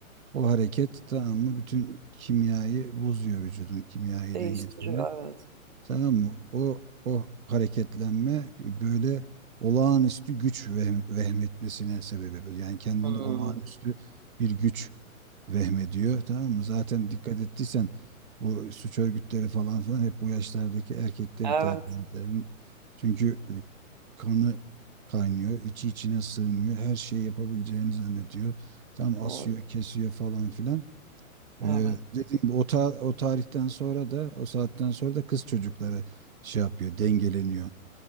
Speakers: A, on the right (about 75°); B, on the right (about 30°).
A: o hareket tamam mı bütün kimyayı bozuyor vücudun kimyayı
B: Değiştiriyor
A: dengesini
B: evet.
A: Tamam mı? O o hareketlenme böyle olağanüstü güç vehm, vehmetmesine sebep olur. Yani kendinde
B: Hmm.
A: olağanüstü bir güç vehmediyor. Tamam mı? Zaten dikkat ettiysen bu suç örgütleri falan filan hep bu yaşlardaki erkekleri
B: Evet.
A: tercih eder. Çünkü e, kanı kaynıyor, içi içine sığmıyor. Her şeyi yapabileceğini zannediyor. Tam asıyor,
B: Doğru.
A: kesiyor falan filan. Ee,
B: Evet.
A: dediğim gibi o, ta- o tarihten sonra da o saatten sonra da kız çocukları şey yapıyor, dengeleniyor.